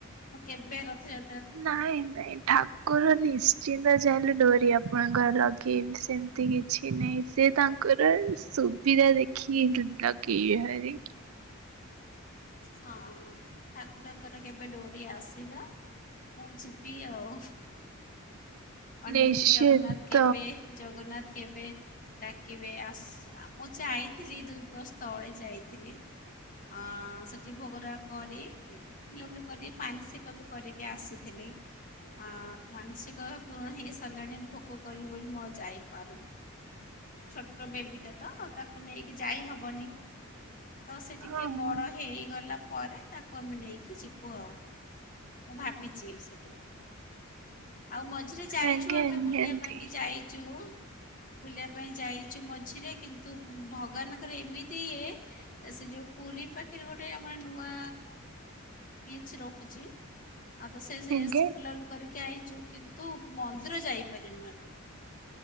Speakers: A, on the left; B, on the right.
A: ମୁଁ କେବେ ରଥଯା
B: ନାଇଁ ନାଇଁ ଠା କୁର ନିଶ୍ଚିନ୍ତ ଚାହିଁଲେ ଡୋରି ଆପଣଙ୍କର ଲଗେଇବି ସେମତି କିଛି ନାହିଁ ସେ ତା ଙ୍କର ସୁବିଧା ଦେଖି ଲାଗେଇବେ ଭାରି।
A: ହଁ ଠାକୁରଙ୍କର କେବେ ଡୋରି ଆସିବା ମୁଁ ଯିବି ଆଉ ଅନେଇଛି
B: ନିଶ୍ଚିନ୍ତ
A: ଜଗନ୍ନାଥ କେବେ ଜଗନ୍ନାଥ କେବେ ଡାକିବେ ଆସ ମୁଁ ଯାଇଥିଲି ଦୁଇବସ୍ ତଳେ ଯାଇଥିଲି। ଆଁ ସେଠି ଭୋଗରା କରି ବୁଲାବୁଲି କରି ମାନସିକ ବି କରିକି ଆସିଥିଲି। ଆ ମାନସିକ ଭାବେ ପୁରୁଣ ହେଇସାରିଲାଣି ଭୋଗ କରିବ ବୋଲି ମୁଁ ଯାଇପାରୁନି। ଛୋଟ ବେବି ଟା ତ ତାକୁ ନେଇକି ଯାଇ ହବନି। ତ ସେ ଟିକେ
B: ହଁ
A: ବଡ ହେଇଗଲା ପରେ ତା କୁ ଆମେ ନେଇକି ଯିବୁ ଆଉ ମୁଁ ଭାବିଚି ସେଇଟା। ଆଉ ମଝିରେ ଯାଇଚୁ
B: ଆଜ୍ଞା
A: ଆମେ
B: ନିହାତି
A: ବୁଲିବା ପାଇଁ ଯାଇଚୁ ବୁଲିବା ପାଇଁ ଯାଇଚୁ ମଝିରେ କିନ୍ତୁ ଭଗବାନଙ୍କର ଏମିତି ଇଏ ସେ ଯୋଉ ପୁରୀ ପାଖରେ ଗୋଟେ ଆମର ନୂଆ ବିଚ ରୋହୁଚି ଆଉ ତ ସେ ସେଇ
B: ଆଜ୍ଞା।
A: ଏସପୁଲାଲୁ କରିକି ଆଇଚୁ କିନ୍ତୁ ମନ୍ଦିର ଯାଇପାରିନୁ ଆମେ।